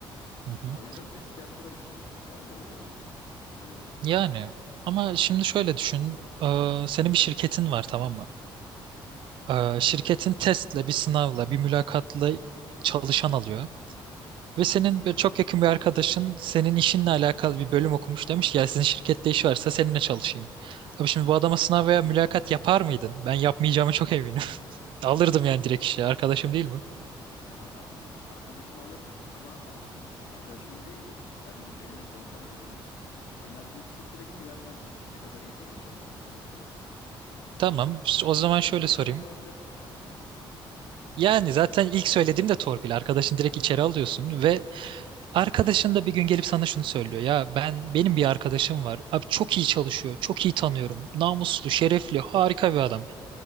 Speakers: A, on the right; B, on the left.
A: hı hı.
B: Ya o yüzden testli yapsalar iş yerlerinde daha iyi olur yani. Hani böyle
A: Yani ama şimdi şöyle düşün. Ee, senin bir şirketin var tamam mı? Ee, şirketin testle, bir sınavla, bir mülakatla çalışan alıyor. Ve senin böyle çok yakın bir arkadaşın senin işinle alakalı bir bölüm okumuş demiş ki ya sizin şirkette iş varsa seninle çalışayım. Abi şimdi bu adama sınav veya mülakat yapar mıydın? Ben yapmayacağıma çok eminim. <laughs> Alırdım yani direkt işe. Arkadaşım değil mi?
B: ya arkadaş arkadaşımı alırdım ama arkadaşım işte arkadaşımın değil de işte benim benimle çalışan birinin önerdiği kişiye direkt güvenmem bence. Ne kadar iyi çalışıyor olsa- olursa olsun.
A: Tamam. İşte O
B: Çünkü
A: zaman
B: torpil
A: şöyle
B: yapmış
A: sorayım.
B: olabilir o adama.
A: Yani zaten ilk söylediğim de torpil. Arkadaşın direkt içeri alıyorsun ve Arkadaşın da bir gün gelip sana şunu söylüyor. Ya ben benim bir arkadaşım var. Abi çok iyi çalışıyor. Çok iyi tanıyorum. Namuslu, şerefli, harika bir adam.